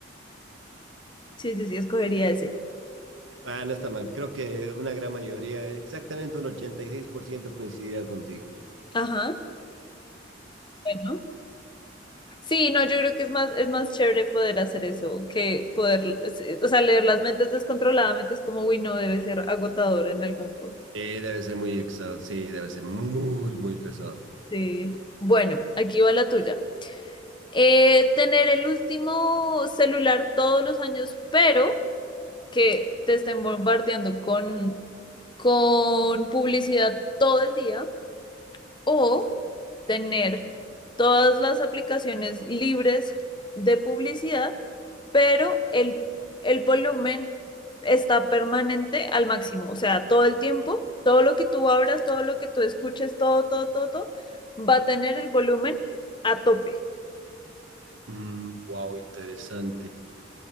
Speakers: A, on the left; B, on the right.
A: sí, sí, sí, escogería ese.
B: Ah, no está mal. Creo que una gran mayoría, exactamente un 86% coincidirá contigo.
A: Ajá, bueno. Sí, no, yo creo que es más, es más chévere poder hacer eso que poder, sí, o sea, leer las mentes descontroladamente es como, uy, no, debe ser agotador en algún punto.
B: Eh, debe ser muy exhausto. Sí, debe ser muy, muy pesado.
A: Sí. Bueno, aquí va la tuya. eh, tener el último celular todos los años, pero que te estén bombardeando con, con publicidad todo el día, o tener todas las aplicaciones libres de publicidad, pero el, el volumen está permanente al máximo, o sea, todo el tiempo, todo lo que tú abras, todo lo que tú escuches, todo, todo, todo, todo, va a tener el volumen a tope.
B: Mm, wow, interesante.